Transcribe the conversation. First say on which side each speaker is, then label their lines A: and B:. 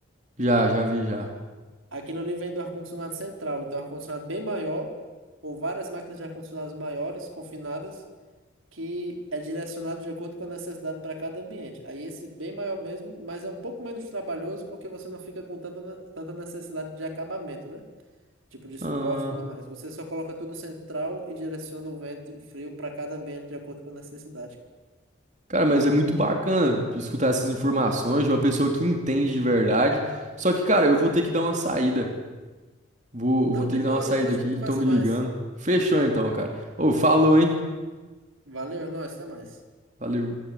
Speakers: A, on the right (about 35°); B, on the right (about 80°).
A: Já, já vi, já.
B: Aquilo ali vem do ar-condicionado central, então é um ar-condicionado bem maior, ou várias máquinas de ar-condicionados maiores, confinadas, que é direcionado de acordo com a necessidade para cada ambiente. Aí esse bem maior mesmo, mas é um pouco menos trabalhoso porque você não fica com tanta, ne- tanta necessidade de acabamento, né? Tipo de suporte
A: Ah,
B: e tudo mais. Você só coloca tudo central e direciona o vento frio para cada ambiente de acordo com a necessidade.
A: cara, mas é muito bacana escutar essas informações de uma pessoa que entende de verdade. Só que, cara, eu vou ter que dar uma saída. Vou,
B: Não,
A: vou ter
B: de
A: que
B: boa,
A: dar uma saída
B: depois
A: aqui,
B: a gente conversa
A: estão me ligando.
B: mais.
A: Fechou então, cara. Ô, falou, hein?
B: Valeu, é nóis, até mais.
A: Valeu.